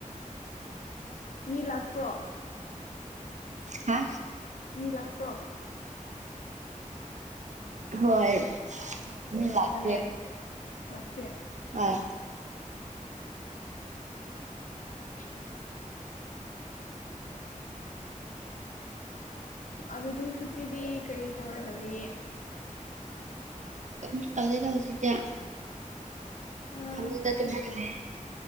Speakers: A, on the left; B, on the right.
A: ꯃꯤ ꯂꯥꯛꯄ꯭ꯔꯣ
B: ꯍꯥ
A: ꯃꯤ ꯂꯥꯛꯄ꯭ꯔꯣ
B: ꯍꯣꯏ ꯃꯤ ꯂꯥꯛꯇꯦ
A: ꯂꯥꯏꯌꯦ ꯂꯥꯛꯇꯦ
B: ꯍꯣꯏ
A: <inaudible> ꯑꯗꯨꯗꯤ ꯍꯨꯖꯤꯗꯤ ꯀꯔꯤ ꯇꯧꯔꯒ ꯂꯩꯌꯦ
B: ꯀꯦꯝꯇ ꯇꯧꯗꯦꯗ ꯍꯧꯖꯤꯛꯇꯦ
A: ꯑꯥ
B: ꯐꯃꯨꯡꯗ ꯇꯨꯝꯂꯒ ꯂꯩꯌꯦ